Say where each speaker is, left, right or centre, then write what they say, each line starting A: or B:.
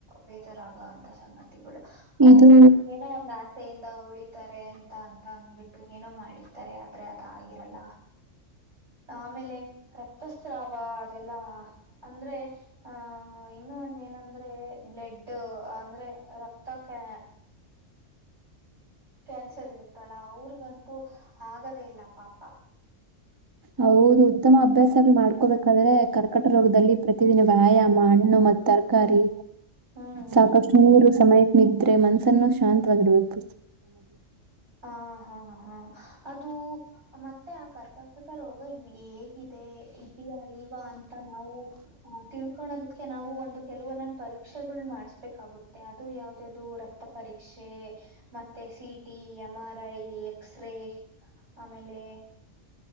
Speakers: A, on the right; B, on the right.
A: ಬೇಜರಾಗ ಅಂತ ಸಂಗತಿ. ಅವರು
B: ಇದು
A: ಏನೋ ಒಂದ್ ಆಸೆ ಉಳಿತಾರೆ ಅಂತ ಅಂತ ಅಂದ್ಬಿಟ್ಟು ಏನೋ ಮಾಡಿತಾರೆ ಆದ್ರೆ ಅ ಆಗಿರಲ್ಲ ಆಮೇಲೆ ರಕ್ತಸ್ರಾವ ಅದೆಲ್ಲಾ ಅಂದ್ರೆ ಆ ಆ ಇನ್ನು ಒಂದ ಏನಂದ್ರೆ ಬ್ಲಡ್ ಅಂದ್ರೆ ರಕ್ತಕ್ಕೆ ಕ್ಯಾನ್ಸರ್ ಇರುತ್ತಲ್ಲ ಅವ್ರಿಗಂತೂ ಆಗದೇ ಇಲ್ಲ ಪಾಪ ಹ್ಮ್
B: ಹೌದು ಉತ್ತಮ ಅಭ್ಯಾಸ ಮಾಡ್ಕೋಬೇಕಾದ್ರೆ ಕರ್ಕಟ ರೋಗದಲ್ಲಿ ಪ್ರತಿದಿನ ವ್ಯಾಯಾಮ ಹಣ್ಣು ಮ ತರಕಾರಿ
A: ಹ್ಮ್
B: ಸಾಕಷ್ಟು ನೀರು ಸಮಯ ನಿಿದ್ರೆ ಮನ್ಸ ನ್ನು ಶಾಂತವಾಗಿಡಬೇಕು
A: ಹಾ ಹಾ ಹಾ ಅದು ಮತ್ತೆ ಆ ಕರ್ಕಾಟಕ ರೋಗ ಹೇಗಿದೆ ಇದೆಯಾ ಇಲ್ವಾ ಅಂತ ನಾವು ಆ ತಿಳ್ಕೊಳೋದಕ್ಕೆ ನಾವು ಒಂದು ಎಲುವ ನನ್ನ ಪರಿ ಪರಕ್ಷೆಗಳು ಮಾಡಿಸ್ಬೇಕಾಗುತ್ತೆ ಅದು ಯಾವುದು ರಕ್ತ ಪರೀ ಮತ್ತೆ CT M R I X ಆಮೇಲೆ